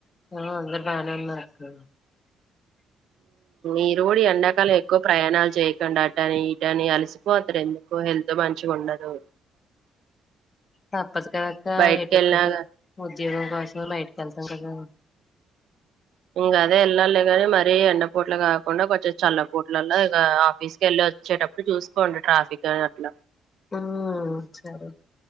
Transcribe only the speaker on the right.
ఈరుోడు ఎండాకలు ఎక్కువ ప్రయాణాలు చేయకుండా అట అని ఈట అని అలిసిపో అతడు ఎందుకో హెల్త్ మంచి ఉండదు
బయటికి
వెళ్ళినాగా
ఇంకాదే వెళ్ళాలి కాని మరిీ ఎండ పూట్లు కాకుండా కొంచెం చల్ల పూట్లల్లో ఇ ఆఫీస్ క వెళ్ళలి వచ్చేటప్పు అడు చూసుకోండి ట్రాఫిక్ అని అట్లా